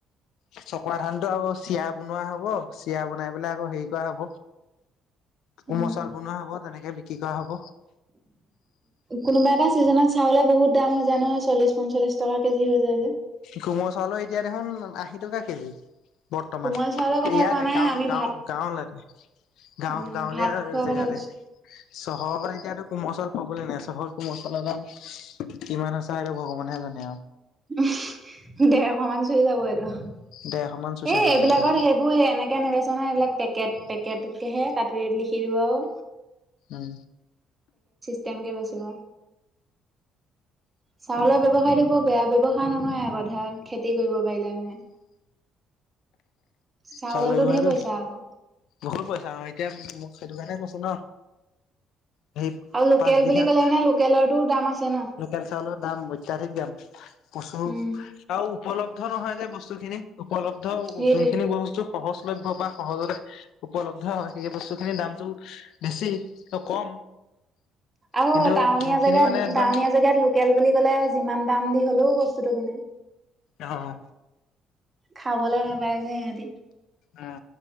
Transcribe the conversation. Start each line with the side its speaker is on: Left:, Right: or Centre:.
Left: এ চকোৱা ধানতটো আকৌ চিয়া বনোৱা হব চিৰা বনাই পেলাই আকৌ হেৰি কৰা হ'ব। কোমল
Right: উম
Left: চাউল বনোৱা হব তেনেকে বিক্ৰী কৰা হ'ব।
Right: কোনোবা এটা চিজনত চাউলে। বহুত দাম হৈ যায় নহয় চল্লিশ পঞ্চলিশ টকা কেজি হৈ যায় যে।
Left: কোমো চাউলো এতিয়া দেখোন আশী টকা কেজি। বৰ্তমান
Right: কোমল
Left: ইয়াৰে
Right: চাউলৰ কথা কোৱা নাই
Left: গাঁও
Right: আমি
Left: গাও
Right: ভাত
Left: গাঁৱলৈৰে। গাঁও
Right: উম
Left: গাঁৱলীয়া
Right: ভাত
Left: আৰু
Right: খোৱাৰ
Left: জেগাতে
Right: কথা কৈছো।
Left: চহৰৰ এতিয়াতো কোমলল হ'বলে নেচৰটো মচলা দাম কিমান আছ সটো ভগৱানেহে জানে আৰু
Right: উ দেৰশ মান চুই যাব আৰু এ
Left: ডেৰশ মান চুইছে চাগে
Right: এইবিলাকত
Left: এতিয়া
Right: সেইবোৰ সেই এনেকে নবচ। চনা এইবিলাক পেকেট পেকেটকেহে তাতেৰে লিখি দিওঁ আৰু
Left: উম
Right: চিম কে বাচিব চাউলৰ ব্য্য়ৱসায়ত হব <unintelligible> বেয়া ব্যয়ৱসায় নহয় আ কথা খেতি কৰিব পাৰিলে মানে। চাউলতো
Left: চাউলৰ ব্যহাৰটো
Right: ধেৰ পইচা আকৌ
Left: বহত পইছা এতিয়া। সেইটো কাৰণে কৈছো ন। সেই
Right: আৰু লোকেল
Left: পাঁচবিঘাগ
Right: বুলি ক'লে মানে লোকেলৰতো দাম আছে ন।
Left: লোকেল চাউলত। দাম অত্যাধিক দাম প্ৰচুৰ
Right: উম
Left: আৰু উপলব্ধ নহয় যে বস্তু খিনি। উপলব্ধ
Right: সেইটোৱে।
Left: যোনখিনি বস্তু সহজলভ্য বা সহজতে উপলব্ধ হয়। সেই বস্তুখিনিৰ দামটো বেছি ত কম।
Right: আৰু
Left: কিন্তু
Right: টাউনীয়া
Left: যোনখিনি
Right: জেগাত
Left: মানে একদম
Right: টাউনীয়া জেগাত লোকেল বুলি ক'লে যিমান দাম দি হলওত। কিনে।
Left: অ।
Right: খাবলৈ নাপায় যে সিহঁতি।
Left: উ